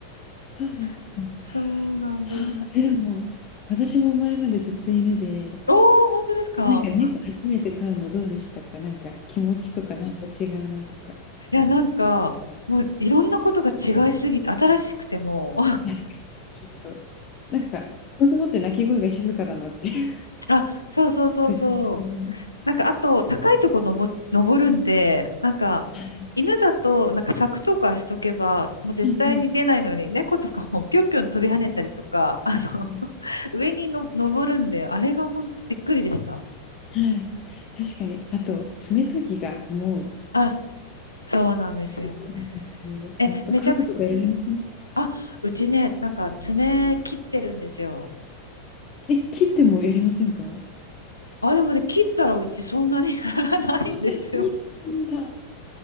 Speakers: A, on the left; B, on the left.
A: そうですね。
B: <laughs> そうなんです。
A: はあ、え、でも、私も前までずっと犬で、
B: おー、本当ですか
A: なんか猫初めて飼うのどうでしたか？なんか気持ちとかなんか違うなとか。
B: いや、なんか、もういろんなことが違いすぎて、新しくても、
A: いや、わかります。ちょっと、なんか、ものすごって鳴き声が静かだなっていう、
B: <laughs> あ、そうそうそうそう。
A: 個人的に。
B: なんか、あと、高いとこ登、登るんで、なんか、
A: はい。
B: 犬だと、なんか柵とかしとけば、もう絶対に出ないのに、
A: はいはい。
B: 猫とかもぴょんぴょん飛び跳ねたりとか、あの
A: はいはい。
B: <laughs> 上にの登るんで、あれが本当びっくりでした。
A: はい、確かに。あと、爪研ぎがもう
B: あ、そうなんですよ。
A: すごいです。
B: え、
A: ほんと、
B: めちゃくち
A: 家具とかやられません？
B: ゃ、あ、うちね、なんか爪切ってるんですよ。
A: え、切ってもやりませんか？あ
B: あ、でもね、切ったらうちそんなに <laughs> やらないんですよ。
A: あ、日本だ。は